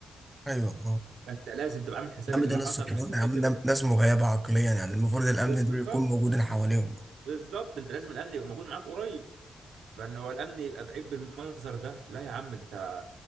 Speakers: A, on the right; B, on the right.
A: أيوة
B: فانت لازم تبقى عامل حساب
A: يا عم
B: ان
A: ده
B: لو
A: ناس
B: حصل
A: سكران
B: حاجه تفتكر
A: يا عم ده ناس مغيبة عقليا يعني المفروض الأمن
B: بالظبط
A: ده يكون موجود حواليهم
B: بالظبط انت لازم الامن يبقى موجود معاك قريب فان هو الامن يبقى بعيد بالمنظر ده لا يا عم انت